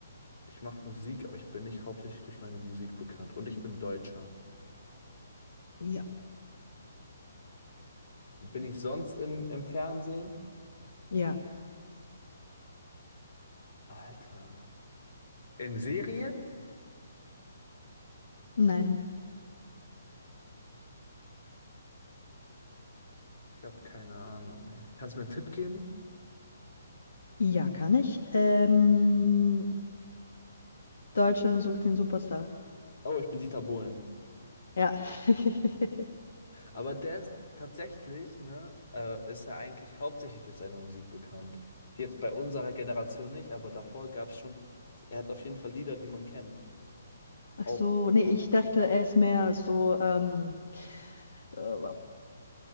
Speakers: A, on the left; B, on the left.
A: Ich mache Musik, aber ich bin nicht hauptsächlich durch meine Musik bekannt. Und ich bin Deutscher.
B: Ja.
A: Bin ich sonst im, im Fernsehen?
B: Ja.
A: Alter. In Serien?
B: Nein.
A: Ich habe keine Ahnung, ey. Kannst du mir einen Tipp geben?
B: Ja, kann ich. Ähm, Deutschland sucht den Superstar.
A: Oh, ich bin Dieter Bohlen.
B: Ja. <laughs>
A: Aber der ist tatsächlich, ne, äh, ist er eigentlich hauptsächlich durch seine Musik bekannt. Jetzt bei unserer Generation nicht, aber davor gab es schon, er hat auf jeden Fall Lieder, die man kennt.
B: Ach
A: Auch,
B: so, nee, ich dachte, er ist mehr so, ähm, äh,